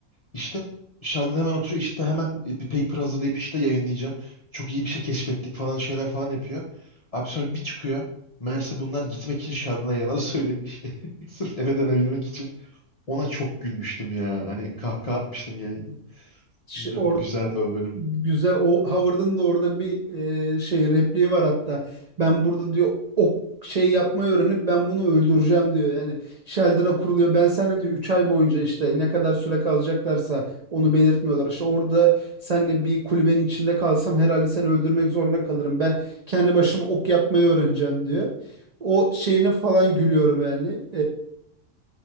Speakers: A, on the left; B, on the right.
A: İşte Sheldon hemen oturuyor. İşte hemen bir paper hazırlayıp işte yayınlayacağım. Çok iyi bir şey keşfettik falan şeyler falan yapıyor. Abi sonra bir çıkıyor. Meğerse bunlar gitmek için Sheldon'a yalan söylemiş. <laughs> Sırf eve dönebilmek için. Ona çok gülmüştüm ya. Hani kahkaha atmıştım ya.
B: İşte
A: Bilmiyorum
B: or
A: güzeldi
B: o-
A: o bölüm.
B: güzel o Howard'ın da orada bir e, şey repliği var hatta. Ben burada diyor o şey yapmayı öğrenip ben bunu öldüreceğim diyor. Yani Sheldon'a kuruluyor. Ben sana diyor 3 ay boyunca işte ne kadar süre kalacaklarsa onu belirtmiyorlar. İşte orada seninle bir kulübenin içinde kalsam herhalde seni öldürmek zorunda kalırım. Ben kendi başıma ok yapmayı öğreneceğim diyor. O şeyine falan gülüyorum yani.